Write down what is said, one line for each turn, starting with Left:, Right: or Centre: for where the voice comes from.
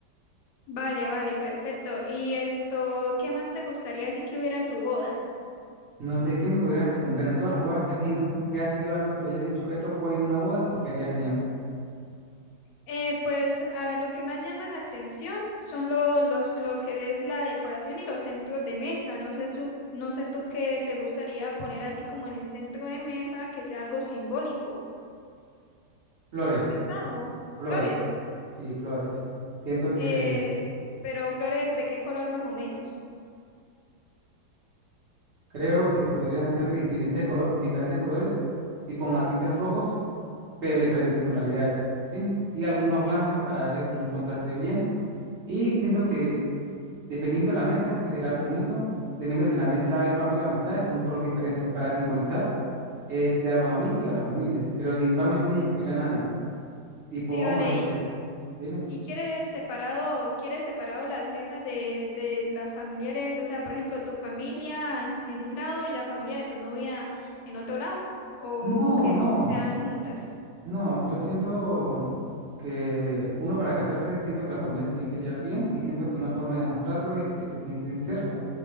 Left: Vale, vale, perfecto. Y esto, ¿qué más te gustaría si que hubiera en tu boda?
Right: No sé, ¿qué me podrías recomendar en todas las bodas que has ido? ¿Qué ha sido algo que tú hayas dicho, esto puede ir a una boda y que haría genial?
Left: Eh, pues a ver, lo que más llama la atención son los los, lo que es la decoración y los centros de mesa. No sé, su- no sé tú qué te gustaría poner así como en el centro de mesa, que sea algo simbólico.
Right: Flores,
Left: ¿Has pensado?
Right: flores,
Left: Flores.
Right: sí, flores. Siento que
Left: Eh, pero flores de qué color más o menos.
Right: creo que podrían ser de diferentes, colo- diferentes colores, tipo matices rojos, pero diferentes tonalidades, ¿sí? Y algunos blancas para darle como un contraste bien. Y siento que dependiendo de la mesa, siento que sería algo bonito, dependiendo si la mesa es familia o amistades, por un color diferente, para simbolizar este, a los amigos y a la familia, pero sin embargo, sin excluir a nadie. Tipo,
Left: Sí,
Right: vamos
Left: vale.
Right: a decir, dime.
Left: ¿Y quiere separado, quiere separado las mesas de, de las familiares? O sea, por ejemplo, tu familia en un lado y la familia de tu novia en otro lado, o
Right: No,
Left: que
Right: no,
Left: s- sean juntas.
Right: no, yo siento que uno para casarse, siento que las familias se tienen que llevar bien y siento que una forma de mostrarlo es que se sienten cerca,